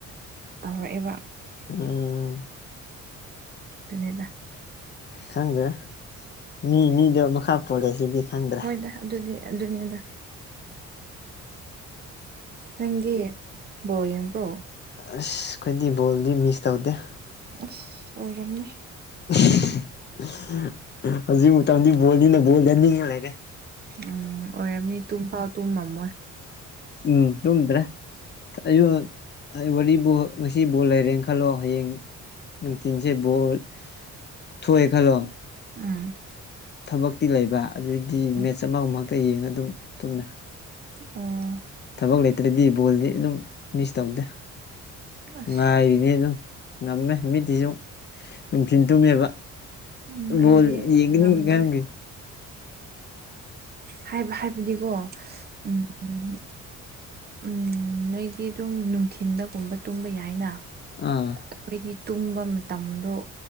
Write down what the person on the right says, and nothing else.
ꯇꯧꯔꯛꯑꯦꯕ
ꯑꯗꯨꯅꯦꯗ
ꯍꯣꯏꯗ ꯑꯗꯨꯗꯤ ꯑꯗꯨꯅꯤꯗ ꯅꯪꯗꯤ ꯕꯣꯜ ꯌꯦꯡꯄꯔꯣ
ꯑꯁ ꯑꯣꯏꯔꯝꯅꯦ
ꯎꯝ ꯑꯣꯏꯔꯝꯅꯤ ꯇꯨꯝ ꯄꯥꯎ ꯇꯨꯝꯃꯝꯃꯣꯏ
ꯎꯝ
ꯎꯝ
ꯑꯣ
ꯑꯁ
ꯎꯝ
ꯑꯩꯗꯤ
ꯉꯝꯗ꯭ꯔꯦ
ꯍꯥꯏꯕ ꯍꯥꯏꯕꯗꯤꯀꯣ ꯎꯝ ꯎꯝ ꯎꯝ ꯅꯣꯏꯗꯤ ꯑꯗꯨꯝ ꯅꯨꯡꯊꯤꯟꯗꯒꯨꯝꯕ ꯇꯨꯝꯕ ꯌꯥꯏꯅ
ꯑꯩꯈꯣꯏꯗꯤ ꯇꯨꯝꯕ ꯃꯇꯝꯗꯣ